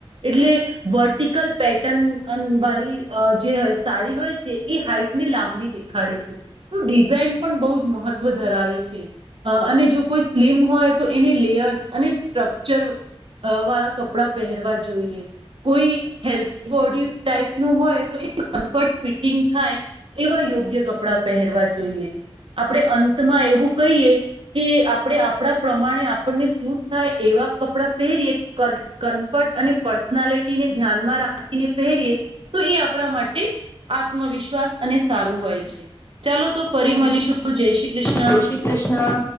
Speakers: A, on the right; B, on the left.
A: એટલે. વર્ટિકલ પેટર્ન વાળી જે સાડી હોય છે એ હાઈટ ને લાંબી દે. ખાડે છે તો ડિઝાઇન પણ બહુ જ મહત્વ ધરાવે છે. અ અને જો કોઈ સ્લમ હોય તો એની લેયર્સ અને સ્ટ્રક્ચર. અ વાળા કપડાં પહેરવા જોઈએ. કોઈ હેલ્ બોડી ટાઈપ નું હોય તો કમ્ફર્ટ ફિટિંગ થાય. એવા યોગ્ય કપડાં પહેરવા જોઈએ. આપણે અંતમાં એવું કહીએ કે આપણે આપણા પ્રમાણે આપણને શ. થાય એવા કપડાં પહેરીએ કર. કમફર્ટ અને પર્સનાલિટીને ધ્યાનમાં રાખીને પહેરીએ તો એ આપણા માટે. આત્મવિશ્વાસ અને સારું હોય છે ચાલો તો ફરી
B: હા.
A: મળીશું જય શ્રી કૃષ્ણ.
B: જય શ્રી કૃષ્ણ.